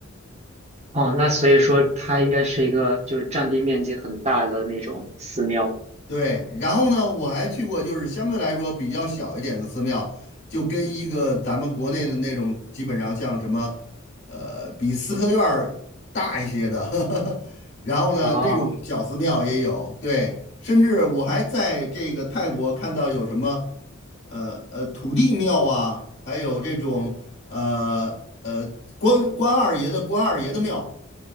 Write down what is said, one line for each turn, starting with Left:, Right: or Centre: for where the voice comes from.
Right: 哦，那所以说它应该是一个就是占地面积很大的那种寺庙。
Left: 对，然后呢，我还去过就是相对来说比较小一点的寺庙，就跟一个咱们国内的那种基本上像什么，呃，比四合院儿大一些的，<laughs> 然后呢，
Right: 哦，
Left: 那种小寺庙也有，对，甚至我还在这个泰国看到有什么，呃呃土地庙啊，还有这种呃呃关关二爷的关二爷的庙。